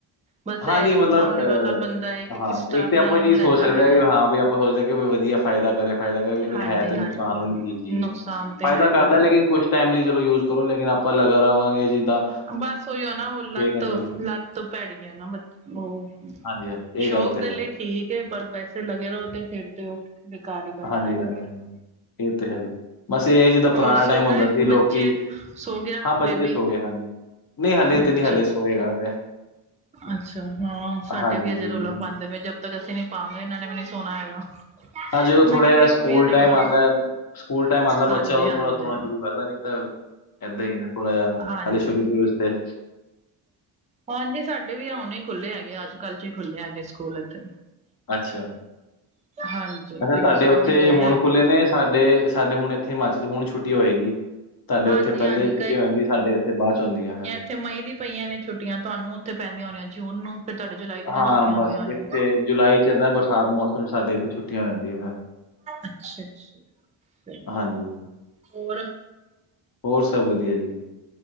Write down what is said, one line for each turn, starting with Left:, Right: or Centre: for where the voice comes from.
Right: ਬਸ
Left: ਹਾਂ
Right: ਇਹ
Left: ਨਹੀਂ ਮਤਲਬ
Right: ਕਿ ਸਾਹਮਣੇ
Left: ਅਹ,
Right: ਵਾਲਾ ਬੰਦਾ, ਏ ਕਿ
Left: ਹਾਂ
Right: ਕਿਸ ਟਾਇਪ
Left: ਇੱਕ ਤੇ
Right: ਨਾਲ
Left: ਆਪਾਂ
Right: ਉਹਨੂੰ
Left: ਚੀਜ਼
Right: ਲੈਂਦਾ
Left: ਸੋਚ ਸਕਦੇ
Right: ਐਗਾ।
Left: ਹਾਂ ਕਿ ਹਾਂ ਵੀ ਆਪਾਂ ਸੋਚਦੇ ਕਿ ਵਧੀਆ ਫਾਇਦਾ ਕਰੇ-ਫਾਇਦਾ ਕਰੇ, ਲੇਕਿਨ
Right: ਹਾਂਜੀ
Left: ਹੈ ਤੇ
Right: ਹਾਂਜੀ
Left: ਨੁਕਸਾਨ ਵਾਲੀ ਚੀਜ਼ ਈ
Right: ਨੁਕਸਾਨ
Left: ਹੈ।
Right: ਤੇ
Left: ਫਾਇਦਾ
Right: ਹੈ ਹੀ
Left: ਕਰਦਾ
Right: ਹੈ।
Left: ਲੇਕਿਨ ਕੁਛ ਟਾਈਮ ਲਈ ਚਲੋ ਯੂਜ ਕਰੋ, ਲੇਕਿਨ ਆਪਾਂ ਲਗਾ ਰਹਾਵਾਂਗੇ ਜਿੱਦਾਂ
Right: ਬਸ ਉਹੀਓ ਨਾ ਉਹ ਲੱਤ-ਲੱਤ
Left: ਘੰਟੇ ਲਈ
Right: ਭੈੜੀ ਏ ਨਾ ਉਹ
Left: ਹਾਂਜੀ-ਹਾਂਜੀ, ਇਹ
Right: ਸ਼ੌਕ
Left: ਗੱਲ ਤੇ
Right: ਦੇ
Left: ਹੈ।
Right: ਲਈ ਠੀਕ ਪਰ ਵੈਸੇ ਲੱਗੇ ਰਹੋ, ਤੇ ਫਿਰ ਤੇ ਉਹ ਬੇਕਾਰ ਹੀ ਕਰਦਾ
Left: ਹਾਂਜੀ
Right: ਹੈਗਾ।
Left: ਹਾਂਜੀ ਹਾਂਜੀ ਇਹ ਤਾਂ ਹੈ। ਬਸ ਇਹ ਜਿੱਦਾਂ
Right: ਹੋਰ
Left: ਪੁਰਾਣਾ
Right: ਸੋ
Left: ਟਾਈਮ ਹੁੰਦਾ
Right: ਗਏ
Left: ਸੀ ਲੋਕੀ,
Right: ਬੱਚੇ ਸੋ ਗਿਆ
Left: ਹਾਂ ਬੱਚੇ
Right: ਬੇਬੀ।
Left: ਸੋ ਗਏ ਹਾਂਜੀ। ਨਹੀਂ ਹਲੇ
Right: ਅੱਛਾ
Left: ਤੇ ਨਹੀਂ, ਹਲੇ ਸੋਏਗਾ ਹਲੇ।
Right: ਅੱਛਾ ਹਾਂ, ਸਾਡੇ
Left: ਹਾਂਜੀ
Right: ਵੀ ਅਜੇ ਰੌਲਾ ਪਾਂਦੇ ਪਏ, ਜਦ ਤੱਕ ਅਸੀਂ ਨ ਪਾਂਗੇ ਇਹਨਾਂ ਨੇ ਵੀ ਨੀ ਸੋਣਾ ਹੈਗਾ,
Left: ਹਾਂ ਜਦੋਂ ਥੋੜਾ
Right: ਮੈਂ ਕਿਹਾ
Left: ਜਿਹਾ
Right: ਦੇਖਦੀ
Left: ਸਕੂਲ
Right: ਹਜੇ
Left: ਟਾਈਮ
Right: ਹੋਰ,
Left: ਆਂਦਾ ਹੈ ਸਕੂਲ ਟਾਈਮ ਆਂਦਾ ਬੱਚਾ
Right: ਹਾਂਜੀ
Left: ਉਦੋਂ
Right: ਹਾਂਜੀ
Left: ਥੋੜਾ ਸੋਣਾ ਸ਼ੁਰੂ ਕਰਦਾ, ਨੀ ਤਾਂ ਏਦਾਂ ਹੀ ਹੈ, ਥੋੜਾ ਜਿਹਾ
Right: ਹਾਂਜੀ
Left: ਹਾਲੇ ਸ਼ੁਰੂ-ਸ਼ੁਰੂ ਚ ਤੇ
Right: ਹਾਂਜੀ, ਸਾਡੇ ਵੀ ਹੁਣ ਹੀ ਖੁੱਲ੍ਹੇ ਹੈਗੇ ਆ, ਅੱਜ-ਕੱਲ ਚ ਹੀ ਖੁੱਲ੍ਹੇ ਹੈਗੇ ਸਕੂਲ ਇੱਥੇ।
Left: ਅੱਛਾ।
Right: ਹਾਂਜੀ।
Left: ਮੈਂ ਕਿਹਾ
Right: ਤੇ
Left: ਤੁਹਾਡੇ
Right: ਬਸ
Left: ਉੱਥੇ
Right: ਅੱਜ ਹੀ ਗਏ
Left: ਹੁਣ
Right: ਹੈਗੇ।
Left: ਖੁੱਲ੍ਹੇ ਨੇ, ਸਾਡੇ-ਸਾਡੇ ਹੁਣ ਇੱਥੇ ਹਿਮਾਚਲ ਚ ਹੁਣ ਛੁੱਟੀ ਹੋਏਗੀ। ਤਾਡੇ
Right: ਹਾਂਜੀ-ਹਾਂਜੀ
Left: ਉੱਥੇ ਪਹਿਲੇ ਹੀ ਛੁੱਟੀਆਂ ਹੋ ਜਾਂਦੀ, ਸਾਡੇ ਇੱਥੇ ਬਾਚ ਹੌਦੀਆਂ ਫੇਰ।
Right: ਏਥੇ ਮਈ ਦੀ ਪਈਆਂ ਨੇ ਛੁੱਟੀਆਂ, ਤੁਹਾਨੂੰ ਉੱਥੇ ਪੈਂਦੀਆਂ ਹੋਣੀਆਂ ਜੂਨ ਨੂੰ। ਫੇਰ ਤਾਡੇ ਜੁਲਾਈ ਤੱਕ
Left: ਹਾਂ,
Right: ਛੁੱਟੀਆਂ
Left: ਬਸ
Right: ਹੁੰਦੀਆਂ ਹੋਣੀਆਂ।
Left: ਇੱਥੇ ਜੁਲਾਈ ਚ ਏਦਾਂ ਬਰਸਾਤ ਮੌਸਮ ਚ, ਸਾਡੇ ਇੱਥੇ ਛੁੱਟੀਆਂ ਹੋ ਜਾਦੀਆਂ ਫੇਰ।
Right: ਅੱਛਾ-ਅੱਛਾ। ਸਹੀ
Left: ਹਾਂਜੀ।
Right: ਹੋਰ।
Left: ਹੋਰ ਸਭ ਵਧੀਆ ਜੀ।